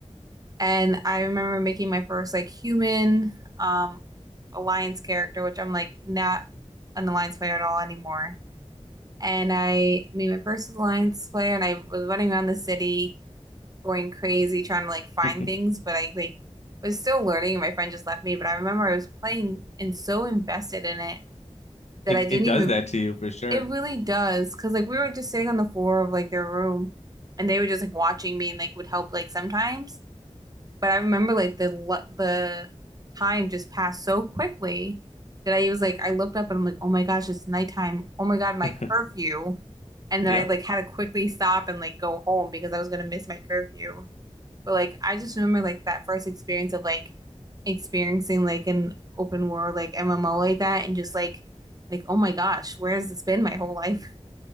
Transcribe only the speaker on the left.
<laughs>
It
it does
that to you for sure.
<laughs>
Yep.